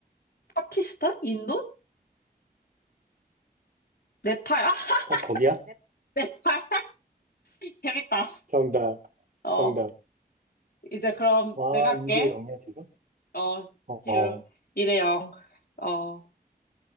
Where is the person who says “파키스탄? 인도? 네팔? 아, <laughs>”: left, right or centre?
Left